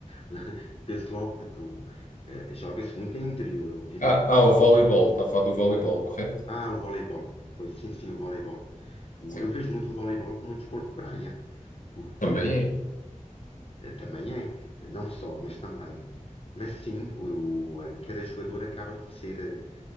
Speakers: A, on the left; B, on the left.
A: <laughs> penso logo, porque o- eh, joga-se muito em interior, obviamente.
B: Ah, ah, o voleibol. Está a falar do voleibol, correto?
A: Ah, o voleibol. Pois sim, sim, o voleibol. O-
B: Sim.
A: eu vejo muito o voleibol como um desporto de praia, porque
B: Também é.
A: eh, também é, não só, mas também. Mas sim, o, o, eh, cada jogador acaba por ser, eh,